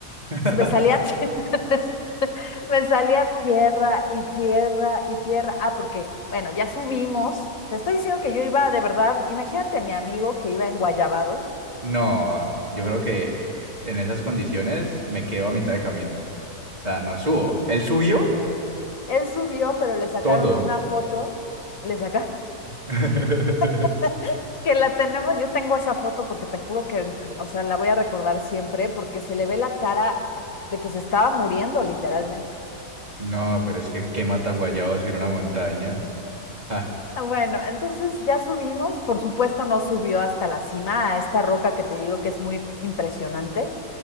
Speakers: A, on the right; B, on the left.
A: <laughs>
B: se me salía, tie- <laughs> me salía tierra y tierra y tierra. Ah, porque, bueno, ya subimos. Te estoy diciendo que yo iba de verdad, imagínate mi amigo que iba en Guayabado.
A: No, yo creo que en esas condiciones me quedo a mitad de camino. O sea, no subo. Él subió
B: Él subió, pero le sacaron
A: todo.
B: una foto, le sacaron
A: <laughs>
B: <laughs> que la tenemos, yo tengo esa foto porque te juro que, o sea, la voy a recordar siempre porque se le ve la cara de que se estaba muriendo literalmente.
A: No, pero es que qué mata guayabo subir una montaña. <laughs>
B: Ah, Bueno, entonces ya subimos, por supuesto no subió hasta la cima, a esta roca que te digo que es muy impresionante.